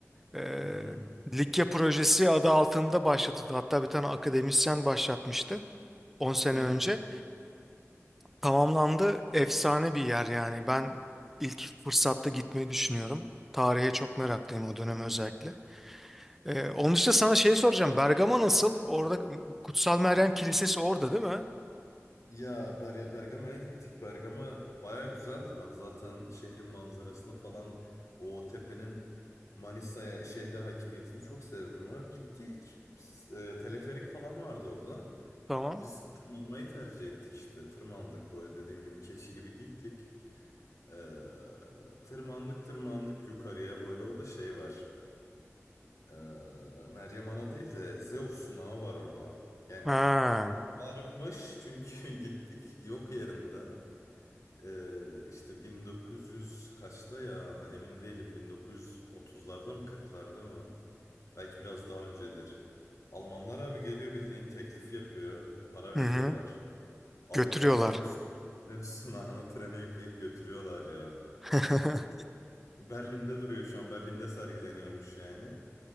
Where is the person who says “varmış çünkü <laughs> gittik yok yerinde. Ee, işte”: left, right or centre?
Left